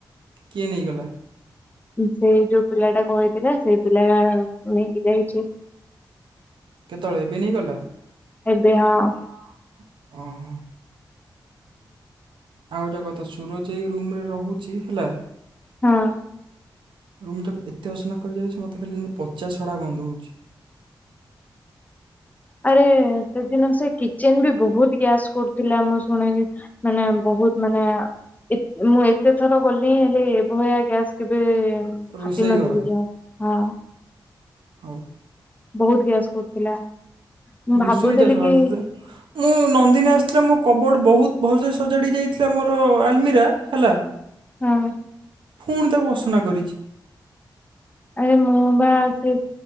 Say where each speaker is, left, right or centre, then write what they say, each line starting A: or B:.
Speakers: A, on the right (about 85°); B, on the left (about 20°).
A: କିଏ ନେଇଗଲା?
B: ସେ ଯଉ ପିଲା ଟା କହିଥିଲା, ସେଇ ପିଲା ନେଇକି ଯାଇଚି।
A: କେତବଳେ ଏବେ ନେଇ ଗଲା?
B: ଏବେ ହଁ।
A: <inaudible> ଆଉ ଗୁଟେ କଥା ସୁରଜ୍ ଏଇ ରୁମ୍ ରେ ରହୁଚି ହେଲା।
B: ହଁ!
A: ରୁମ୍ ଟାକୁ ଏତେ ଅସନା କରି ଯାଇଚି, ମୋତେ ଖାଲି ପଚା ସଢ଼ା ଗନ୍ଧ ହଉଚି।
B: ଆରେ ସେଦିନ ସେ କିଚେନ୍ ବି ବହୁତ୍ ଗ୍ୟାସ୍ କ--ଥିଲା। ମୁଁ ଶୁଣି ମାନେ ବହୁତ୍ ମାନେ ମୁଁ ଏତେ ଥର ଗଲି, ହେଲେ ଏଭଳିଆ ଗ୍ୟାସ୍ କେବେ
A: ରୋଷେଇ
B: ଭାବି ନଥିଲି
A: ଘର
B: ହଁ!
A: <inaudible>
B: ବହୁତ୍ ଗ୍ୟାସ୍ କ--ଥିଲା। ମୁଁ
A: ଘୁଷୁରୀ
B: ଭାବୁଥିଲି
A: ଚାଷ ହେଲା
B: କି
A: ତ ମୁଁ ନନ୍ଦିନୀ ଆସିଥିଲା ମୋ କବର୍ଡ଼ ବହୁତ୍ ଭଲ୍ ସେ ସଜାଡ଼ି ଯାଇଥିଲା ଆମର ଆଲମିରା ହେଲା।
B: ହଁ।
A: ଫୁଣି ତାକୁ ଅସନା କରିଚି।
B: ଆରେ ମୁଁ ବା ସେ